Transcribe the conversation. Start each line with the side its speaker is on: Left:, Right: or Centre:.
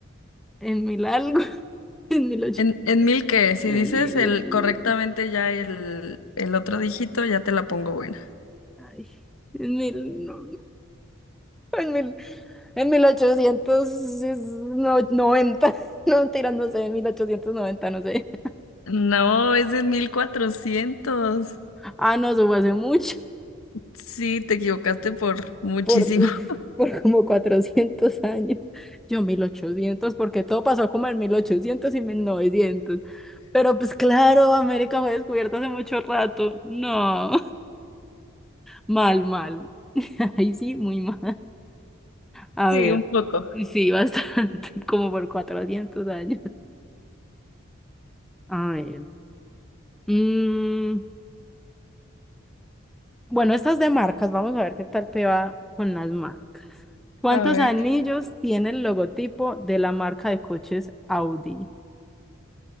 Centre: en mil algo, <laughs> en mil ocho,
Left: ¿En, en mil qué? Si
Centre: en
Left: dices
Centre: mil
Left: el
Centre: ocho,
Left: correctamente ya el, el otro dígito, ya te la pongo buena.
Centre: ay, en mil, no, <laughs> en mil, en mil ochocientos no- noventa, <laughs> no, mentira, no sé, en mil ochocientos noventa, no sé.
Left: No, es en 1400.
Centre: Ah, no, eso fue hace mucho,
Left: Sí, te equivocaste por muchísimo.
Centre: por, uf,
Left: <laughs>
Centre: por como cuatrocientos años. Yo mil ochocientos, porque todo pasó como en mil ochocientos y mil novecientos. Pero pues claro, América fue descubierta hace mucho rato. No. Mal, mal. <laughs> Ahí sí, muy mal. A
Left: Sí,
Centre: ver,
Left: un poco.
Centre: sí, bastante, <laughs> como por 400 años. A ver. mm, bueno, estas es de marcas, vamos a ver qué tal te va con las marcas. ¿Cuántos
Left: A ver.
Centre: anillos tiene el logotipo de la marca de coches Audi?